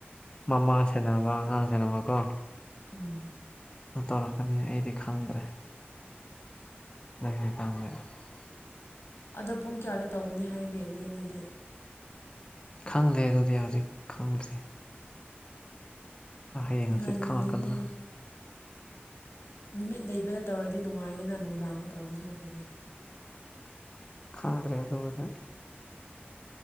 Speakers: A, on the left; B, on the left.
A: ꯃꯃꯥ ꯁꯦꯟꯅꯕ ꯑꯉꯥꯡ ꯁꯦꯅꯕꯀꯣ
B: ꯎꯝ
A: ꯇꯧꯔꯛꯀꯅꯤ ꯑꯩꯗꯤ ꯈꯪꯗ꯭ꯔꯦ <inaudible>
B: ꯑꯗꯣ ꯄꯨꯡ ꯀꯌꯥꯗ ꯇꯧꯒꯅꯤ ꯍꯥꯏꯒꯦ ꯂꯦꯟꯕꯗꯤ
A: ꯈꯪꯗꯦ ꯑꯗꯨꯗꯤ ꯍꯧꯖꯤꯛ ꯈꯪꯗ꯭ꯔꯤ ꯍꯌꯦꯡ ꯍꯪꯆꯤꯠ
B: ꯉꯜꯂꯤꯉꯩ
A: ꯈꯪꯪꯉꯛꯀꯗ꯭ꯔꯥ
B: ꯅꯨꯃꯤꯠ ꯂꯩꯕꯅ ꯇꯧꯔꯗꯤ ꯅꯨꯡꯉꯥꯏꯗꯅ ꯅꯨꯡꯗꯥꯡꯒ ꯇꯧꯕ ꯁꯨꯔꯛꯄꯅꯦ
A: ꯈꯟꯗ꯭ꯔꯦ ꯑꯗꯨꯒꯗꯤ